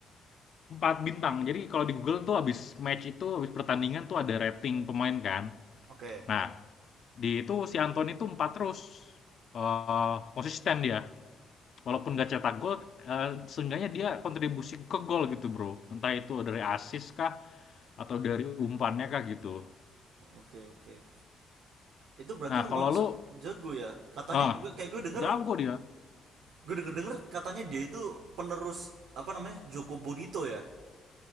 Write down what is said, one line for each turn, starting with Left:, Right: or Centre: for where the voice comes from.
Left: Empat bintang. Jadi kalau di Google tuh habis match itu, habis pertandingan tuh ada rating pemain kan.
Right: Oke.
Left: Nah, di itu si Anton itu empat terus. Eh, konsisten dia. Walaupun nggak cetak gol, eh, seenggaknya dia kontribusi ke gol gitu bro. Entah itu dari asis kah, atau dari umpannya kah gitu.
Right: Oke, oke. Itu berarti
Left: Nah,
Right: memang
Left: kalau lu,
Right: su- jago ya. Katanya
Left: ah
Right: gue, kayak gue denger
Left: jago dia.
Right: Gue denger denger katanya dia itu penerus apa namanya Joko Bonito ya,